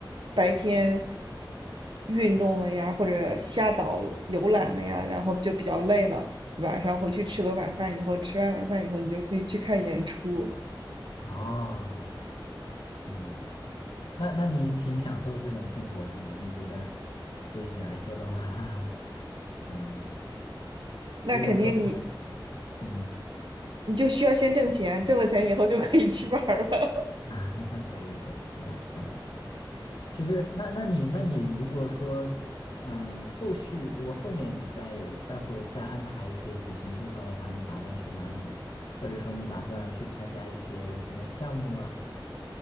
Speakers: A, on the right (about 70°); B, on the left (about 75°).
A: 白天运动了呀，或者下岛游览了呀，然后就比较累了，晚上回去吃个晚饭以后，吃完晚饭以后你就可以去看演出。
B: 啊，嗯。那那你挺享受这种生活是吗？你觉得对于你来说的话，<laughs> 嗯，
A: 那肯定你
B: 如果说嗯，
A: 你就需要先挣钱，挣了钱以后就可以去玩儿了。
B: <laughs> 对对对，是的，嗯，其实那那你那你如果说嗯，后续如果后面你再有再会再安排一些旅行计划的话，你打算去哪里呢？或者说你打算去参加一些什么项目啊？